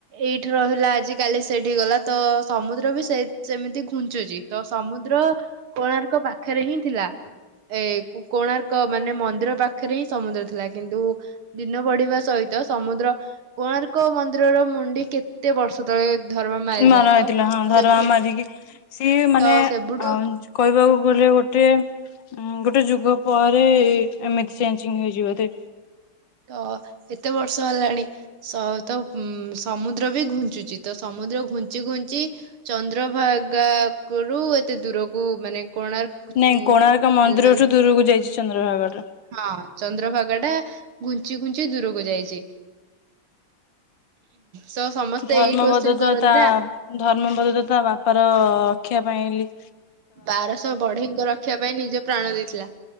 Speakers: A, on the right; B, on the left.
A: ଏଇଠି ରହିଲା ଆଜି କାଲି ସେଠି ଗଲା ତ ସମୁଦ୍ର ବି ସେ ସେମିତି ଘୁଞ୍ଚୁଛି ତ ସମୁଦ୍ର କୋଣାର୍କ ପାଖରେ ହିଁ ଥିଲା ଏ କୋଣାର୍କ ମାନେ ମନ୍ଦିର ପାଖରେ ହିଁ ସମୁଦ୍ର ଥିଲା କିନ୍ତୁ ଦିନ ବଢିବା ସହିତ ସମୁଦ୍ର କୋଣାର୍କ ମନ୍ଦିରର ମୁଣ୍ଡି କେତେ ବର୍ଷ ତଳେ ଧରମା ମାରିଥିଲା
B: ମାରା ହେଇଥିଲା
A: ତ
B: ହଁ ଧରମା
A: ସେବୁ
B: ମାରିକି ସିଏ ମ ମାନେ
A: ତ ସେବୁଠୁ
B: ଆ କହିବାକୁ ଗଲେ ଗୋଟେ ଗୋଟେ ଯୁଗ ପରେ ଏମିତି ଚେଞ୍ଜିଙ୍ଗ ହେଇଛି ବଧେ
A: ତ ଏତେ ବର୍ଷ ହେଲାଣି ସ ତ ସମୁଦ୍ର ବି ଘୁଞ୍ଚୁଛି ତ ସମୁଦ୍ର ଘୁଞ୍ଚି ଘୁଞ୍ଚି ଚନ୍ଦ୍ରଭାଗାକୁ ରୁ ଏତେ ଦୂରକୁ ମାନେ କୋଣାର୍କ ଉଁ,
B: ନାଇଁ କୋଣାର୍କ
A: କୁ-
B: ମନ୍ଦିର
A: ଉଁ, ମାନେ
B: ଠୁ ଦୂରକୁ ଯାଇଛି ଚନ୍ଦ୍ରଭାଗା ରେ
A: ହଁ ଚନ୍ଦ୍ରଭାଗା ଟା ଘୁଞ୍ଚି ଘୁଞ୍ଚି ଦୂରକୁ ଯାଇଛି ତ ସମସ୍ତେ
B: ଧର୍ମପଦ
A: ଏଇ କୋଶ୍ଚିନ୍
B: ତ
A: କରନ୍ତି
B: ତା
A: ନା
B: ଧର୍ମପଦ ତା ବାପାର ଖିଆ ପାଇଁ ଆଇଲି
A: ବାରଶହ ବଢେଇଙ୍କ ରଖିବା ପାଇଁ ନିଜେ ପ୍ରାଣ ଦେଇଥିଲା